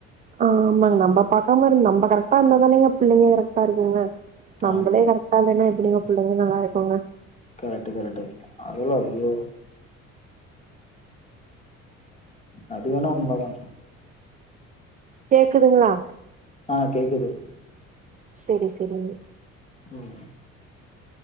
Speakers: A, on the right (about 20°); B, on the left (about 15°).
A: ஆமாங்க நம்ப பாக்காம இருந் நம்ம கரக்டா இருந்தா தானைங்க பிள்ளைங்க கரக்டா இருக்குங்க நம்பளே
B: ஆமா
A: கரெக்டா இல்லைனா எப்டிங்க புள்ளைங்க நல்லாரு இருக்குங்க
B: கரெட்டு கரெட்டு அதுலா வியூ அது வேணா உண்மதா
A: கேக்குதுங்களா
B: அ கேக்குது
A: செரி செரிங்க
B: ம்